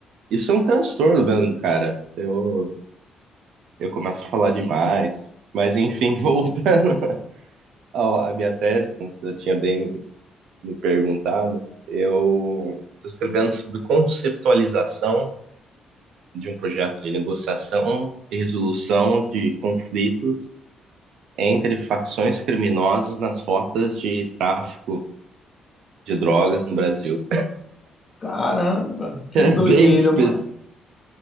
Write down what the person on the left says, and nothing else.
Caramba, que
doideira,
mano.